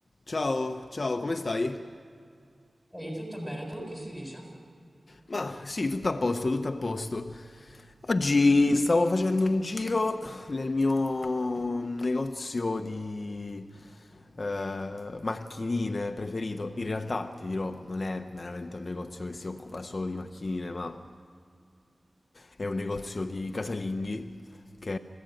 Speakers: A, on the left; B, in the centre.
A: Ciao, ciao, come stai?
B: Ehi, tutto bene? Tu che si dice?
A: Ma sì, tutto a posto, tutto a posto. Oggi stavo facendo un giro nel mio negozio di eh, macchinine preferito. In realtà, ti dirò, non è veramente un negozio che si occupa solo di macchinine, ma è un negozio di casalinghi che